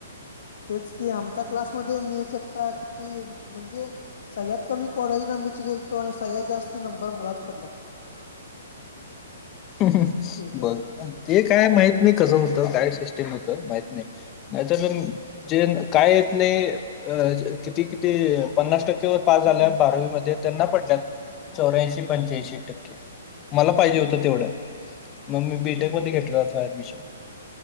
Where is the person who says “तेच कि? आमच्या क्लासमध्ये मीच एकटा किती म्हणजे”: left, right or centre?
Left